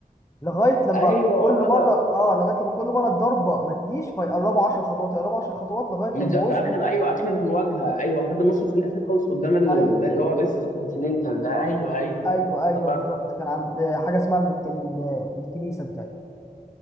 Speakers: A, on the left; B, on the left.
A: لغايه لما
B: ايوه
A: كل
B: اه
A: مره
B: ده
A: اه لغايه لما كل مره الضربه ما تجيش فيقربوا 10 خطوات يقربوا 10 خطوات لغايه
B: مش
A: لما
B: ده
A: وصلوا
B: في اخر ايوه اخر مواجهه ايوه حد مصر في الاخر خالص قدام ال-
A: ايوه
B: اللي هو رئيس الكونتيننتال ده ايوه ايوه
A: ايوه ايوه
B: افتكرت
A: بالظبط كان عند حاجه اسمها ال- ال- الكنيسه بتاعي